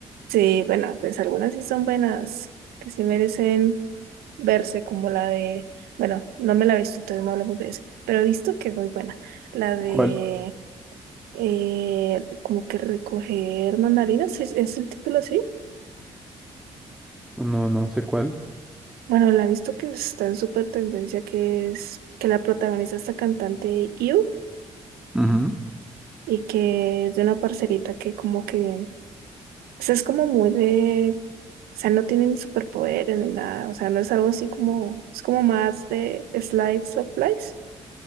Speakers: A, on the right; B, in the centre.
A: Sí, bueno, pues algunas sí son buenas, que sí merecen verse, como la de, bueno, no me la he visto, entonces no hablamos de eso, pero he visto que es muy buena. La de,
B: ¿Cuál?
A: eh, como que recoger mandarinas, ¿es, es el título así?
B: No, no sé cuál.
A: Bueno, la he visto que está en súper tendencia, que es que la protagoniza esta cantante IU.
B: Ujú.
A: y que es de una parcerita que como que, o sea, es como muy de, o sea, no tiene ni superpoderes ni nada, o sea, no es algo así como, es como más de slides of life,